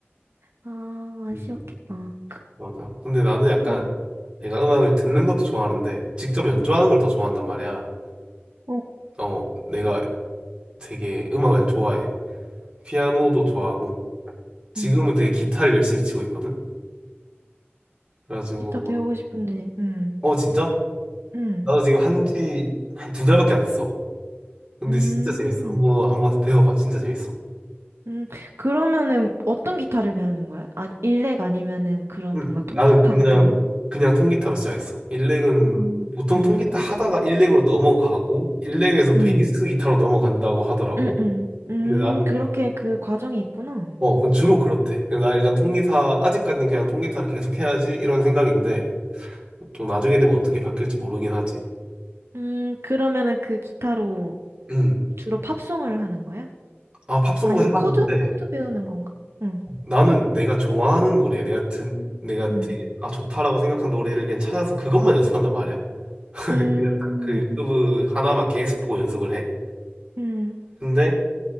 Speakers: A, on the right; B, on the right.
A: 아,
B: 음
A: 아쉬웠겠다. 그,
B: 맞아 근데 나는 약간
A: 음,
B: 내가 음악을 듣는 것도 좋아하는데 직접 연주하는 걸 더 좋아한단 말이야
A: 어.
B: 어 내가 되게 음악을 좋아해 피아노도 좋아하고 지금은
A: 음.
B: 되게 기타를 열심히 치고 있거든 그래가지고
A: 기타 배우고
B: 막,
A: 싶은데, 음,
B: 어 진짜?
A: 음,
B: 나도 지금 한지 한 두 달밖에 안 됐어 근데
A: 음,
B: 진짜 재밌어. 한번 한번 배워봐. 진짜 재밌어.
A: 음. 그러면은 어떤 기타를 배우는 거야? 아니, 일렉 아니면은 그런
B: 응.
A: 뭔가
B: 나는
A: 통기타
B: 그냥
A: 같은 거?
B: 그냥 통기타로 시작했어. 일렉은
A: 어.
B: 보통
A: 음,
B: 통기타 하다가 일렉으로 넘어가고 일렉에서
A: 음,
B: 베이스 기타로 넘어간다고 하더라고.
A: 음, 음. 음,
B: 근데 나는
A: 그렇게 그 과정이 있구나.
B: 어 뭐 주로 그렇대. 근데 나 일단 통기타 아직까지는 그냥 통기타를 계속 해야지 이런 생각인데 또 나중에 되면 어떻게 바뀔지 모르긴 하지.
A: 음, 그러면은 그 기타로
B: 음.
A: 주로 팝송을 하는 거야?
B: 아 팝송도
A: 아니면
B: 해봤는데
A: 코드? 코드 배우는 건가? 응,
B: 나는 내가 좋아하는 노래, 내가 듣 내가
A: 응.
B: 되게 아 좋다라고 생각한 노래를 그냥 찾아서 그것만 연습한단 말이야. <laughs>
A: 음,
B: 그냥 딱 그 유튜브
A: 음,
B: 하나만 계속 보고 연습을 해.
A: 음,
B: 근데